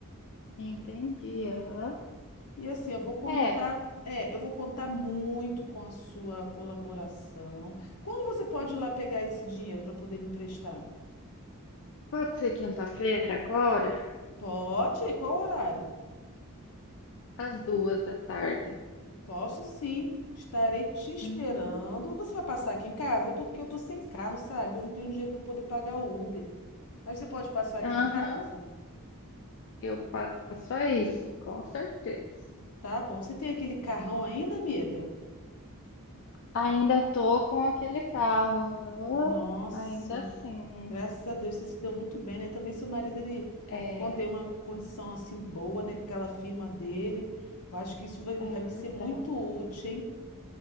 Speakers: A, on the left (about 55°); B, on the left (about 80°).
A: Entendi, aham.
B: E assim, eu vou contar,
A: É,
B: é, eu vou contar muito com a sua colaboração. Quando você pode ir lá pegar esse dinheiro para poder me emprestar?
A: pode ser quinta-feira agora,
B: Pode? Qual horário?
A: às duas da tarde.
B: Posso sim. Estarei te esperando.
A: Uhum.
B: Você vai passar aqui em casa? É porque eu tô sem carro, sabe? Eu não tenho dinheiro para poder pagar o Uber. Aí você pode passar aqui
A: Aham,
B: em casa?
A: eu passo aí, sim, com certeza.
B: Tá bom. Você tem aquele carrão ainda, amiga?
A: Ainda tô com aquele carro, aham.
B: Nossa,
A: Ainda assim.
B: graças a Deus você se deu muito bem, né? Também seu marido, ele
A: É,
B: contém uma condição assim boa, né? Com aquela firma dele. Eu acho que isso vai, vai
A: é
B: me ser
A: verdade.
B: muito útil, hein?